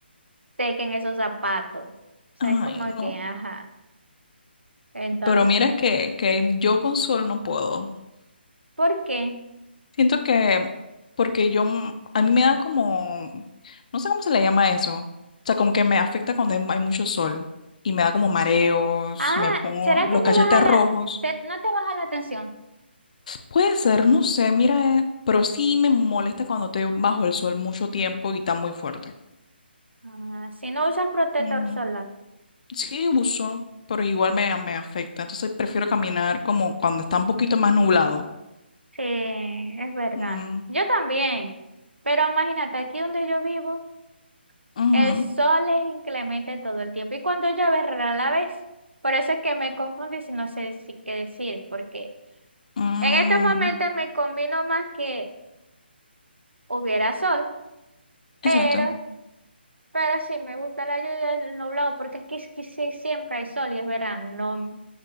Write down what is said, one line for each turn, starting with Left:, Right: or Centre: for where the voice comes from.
Right: teca en esos zapatos. O sea,
Left: Ay,
Right: es como que,
Left: no.
Right: ajá. Entonces,
Left: Pero mira que, que yo con sol no puedo.
Right: ¿por qué?
Left: Siento que, porque yo, m- a mí me da como, no sé cómo se le llama eso. O sea, como que me afecta cuando hay, hay mucho sol y me da como mareos,
Right: Ah,
Left: me pongo
Right: ¿será que
Left: los
Right: te
Left: cachetes
Right: baja
Left: rojos.
Right: la, se- no te baja la tensión?
Left: Puede ser, no sé, mira, eh, pero sí me molesta cuando estoy bajo el sol mucho tiempo y está muy fuerte.
Right: Ah, si no usas protector
Left: Ujú.
Right: solar.
Left: Sí, uso, pero igual me, me afecta. Entonces prefiero caminar como cuando está un poquito más nublado.
Right: Sí, es verdad.
Left: Ujú,
Right: Yo también. Pero imagínate, aquí donde yo vivo,
Left: ujú.
Right: el sol es inclemente todo el tiempo. Y cuando llueve, rara la vez. Por eso es que me confundo y si no sé si qué decir, porque
Left: Mm,
Right: en estos momentos me combino más que hubiera sol,
Left: exacto.
Right: pero Pero sí, me gusta la lluvia del nublado porque es que, es que sí, siempre hay sol y es verano. No,